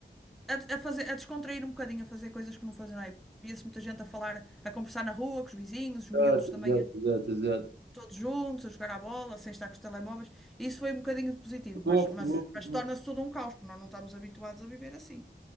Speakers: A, in the centre; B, on the right.
A: a, a fazer, a descontrair um bocadinho, a fazer coisas que não fazem nada. Via-se muita gente a falar, a conversar na rua com os vizinhos, os miúdos
B: Exato,
A: também
B: exato, exato, exato.
A: todos juntos, a jogar à bola, sem estar com os telemóveis. Isso foi um bocadinho de positivo,
B: Boa,
A: mas, mas,
B: boa, boa.
A: mas torna-se todo um caos, porque nós não estamos habituados a viver assim.